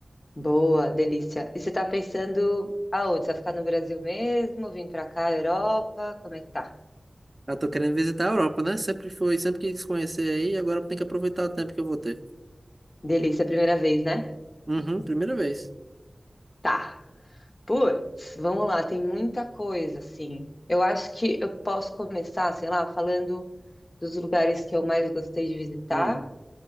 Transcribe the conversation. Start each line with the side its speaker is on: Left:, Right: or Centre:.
Left: Boa, delícia. E você tá pensando aonde? Você vai ficar no Brasil mesmo? Vim pra cá, Europa? Como é que tá?
Right: Eu tô querendo visitar a Europa, né? Sempre foi, sempre quis conhecer aí, agora eu tenho que aproveitar o tempo que eu vou ter.
Left: Delícia, primeira vez, né?
Right: Uhum, primeira vez.
Left: Tá. Putz, vamos lá, tem muita coisa, assim. Eu acho que eu posso começar, sei lá, falando dos lugares que eu mais gostei de visitar.
Right: Hum.